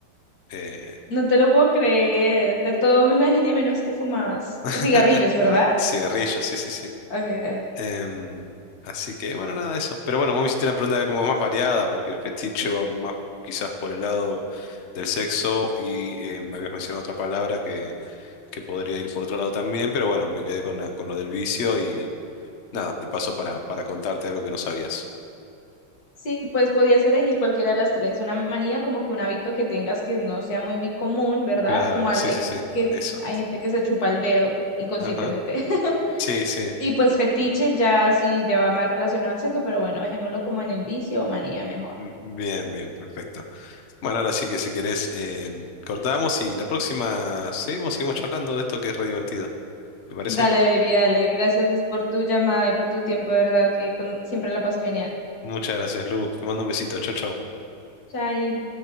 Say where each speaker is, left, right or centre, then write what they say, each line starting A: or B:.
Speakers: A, on the left (about 85°); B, on the left (about 45°).
A: eh,
B: No te lo puedo creer. De todo me imaginé menos que fumabas
A: <laughs>
B: cigarrillos, ¿verdad?
A: cigarrillos, sí, sí, sí.
B: Ok.
A: Em, así que, bueno, nada de eso. Pero bueno, vos me hiciste una pregunta como más variada, porque el fetiche va más quizás por el lado del sexo y eh, me habías mencionado otra palabra que, que podría ir por otro lado también, pero bueno, me quedé con, la- con lo del vicio y nada, de paso para, para contarte algo que no sabías.
B: Sí, pues podías elegir cualquiera de las tres, una manía como que un hábito que tengas que no sea muy común, ¿verdad?
A: Claro,
B: Como al-
A: sí,
B: hay,
A: sí, sí,
B: que
A: eso.
B: hay gente que se chupa el dedo inconscientemente.
A: Ajá.
B: <laughs>
A: Sí, sí.
B: Y pues fetiches ya sí ya va más relacionado al sexo, pero bueno, dejémoslo como en el vicio o manía mejor.
A: M- Bien, bien, perfecto. Bueno, ahora sí que si querés, em, cortamos y la próxima seguimos, seguimos charlando de esto que es re divertido. ¿Te parece?
B: Dale, baby, dale. Gracias por tu llamada y por tu tiempo, de verdad que con- siempre la paso genial.
A: Muchas gracias, Lu. Te mando un besito. Chao, chao.
B: Chai.